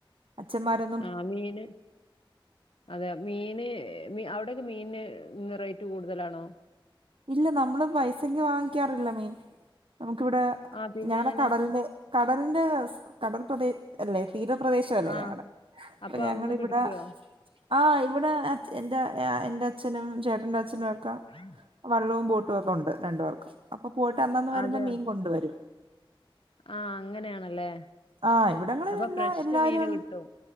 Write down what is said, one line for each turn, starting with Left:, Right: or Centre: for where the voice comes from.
Right: അച്ഛമ്മാരൊ
Left: ആഹ മീന് അതെ മീന് അവിടെയൊക്കെ മീന് റേറ്റ് കൂടുതലാണോ
Right: ഇല്ല നമ്മള് പൈസക്ക് വാങ്ങിക്കാറില്ല മീൻ നമുക്കിവിടെ
Left: ആഹ് പിന്നെ
Right: ഞങ്ങടെ
Left: അങ്ങനെ
Right: കടലിന്റെ കടലിന്റെ കടൽ പ്രദേ അല്ലെ തീരപ്രദേശ അല്ലേ
Left: ആഹ്
Right: ഞങ്ങടെ അപ്പൊ ഞങ്ങള്
Left: അവിടുന്ന്
Right: ഇവിടെ
Left: പിടിക്കുവോ
Right: ആഹ് ഇവിടെ എൻ്റെ ആ എന്റെ അച്ഛനും ചേട്ടന്റെ അച്ഛനും ഒക്കെ
Left: ഉം
Right: വള്ളവും ബോട്ടും ഒക്കെ ഉണ്ട് രണ്ടുപേർക്കും അപ്പൊ പോയിട്ട് അന്നന്ന് വരുമ്പോ
Left: അതെ
Right: മീൻ കൊണ്ട് വരും
Left: ആഹ് അങ്ങനെയാണല്ലേ
Right: ആഹ് ഇവിടങ്ങളിലെല്ലാം
Left: അപ്പൊ ഫ്രഷ്
Right: എല്ലാരും
Left: മീന് കിട്ടും